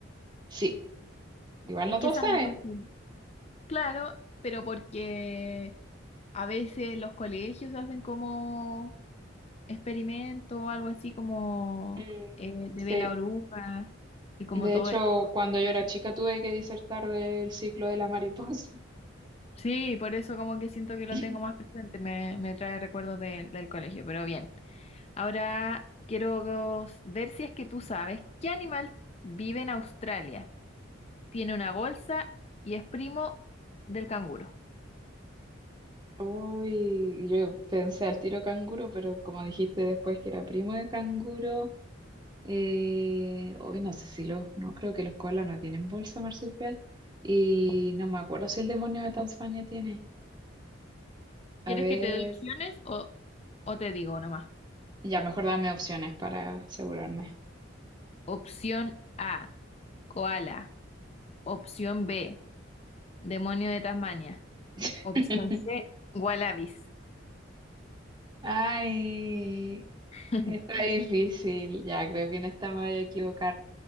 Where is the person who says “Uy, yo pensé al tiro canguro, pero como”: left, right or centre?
Right